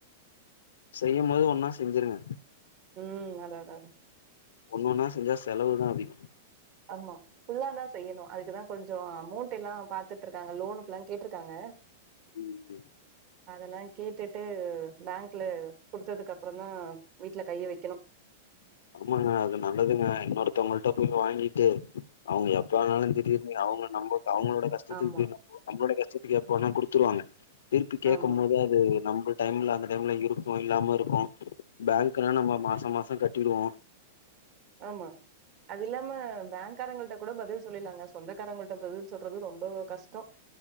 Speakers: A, on the left; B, on the right.
A: செய்யு போது ஒன்னா செஞ்சுருங்க
B: உம் அதா அதா தா
A: ஒன்னொன்னா செஞ்சா செலவு தா அதிகோ
B: ஆமா ஃபுல்லாதா செய்யணு அதுக்குதா கொஞ்சோ அமௌண்ட் எல்லா பாத்துட்டு இருக்காங்க லோனுக்கெல்லா கேட்டுருக்காங்க
A: உம்
B: அதெல்லா கேட்டுட்டு பேங்க்ல குடுத்ததுக்கப்புறோ தா வீட்ல கைய வைக்கணு
A: ஆமாங்க அது நல்லதுங்க இன்னொருத்தவங்கள்கிட்ட போய் வாங்கிட்டு அவுங்க எப்ப ஆனாலு திடீருனு அவுங்க நம்போ அவுங்களோட கஷ் கஷ்டத்துக்கு
B: ஆமா
A: நம்போ நம்பளோட கஷ்ட்டத்துக்கு எப்போவேனா குடுத்துருவாங்க திரும்பி கேட்கும்
B: ஆமா
A: போது அது அது நம்ம டைம்ல அந்த டைம்ல இருக்கு இல்லாம இருக்கு பேங்க் நா நம்ம மாசத் மாசோ மாசோ கட்டிடுவோ
B: ஆமா அது இல்லாம பேங்க் காரங்கள்ட கூட பதில் சொல்லிலாங்க சொந்தக்காரங்கிட்ட பதில் சொல்றது ரொம்ப கஷ்டோ